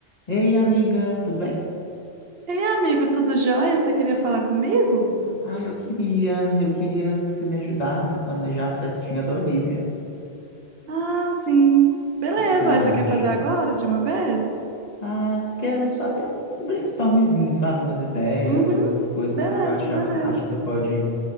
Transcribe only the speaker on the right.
Ei, amigo, tudo jóia? Você queria falar comigo?
Ah, sim. Beleza,
aí você quer fazer agora de uma vez?
Uhum,
beleza,
beleza.